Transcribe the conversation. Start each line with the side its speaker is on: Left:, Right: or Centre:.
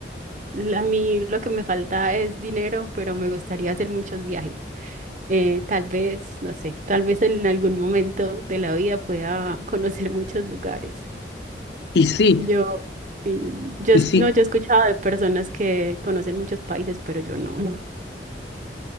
Right: L- A mí lo que me falta es dinero, pero me gustaría hacer muchos viajes. Eh, tal vez, no sé, tal vez en algún momento de la vida pueda <laughs> conocer muchos lugares.
Left: Y sí,
Right: Yo, sí, yo,
Left: y
Right: es-
Left: sí.
Right: no, yo he escuchado de personas que conocen muchos países, pero yo no.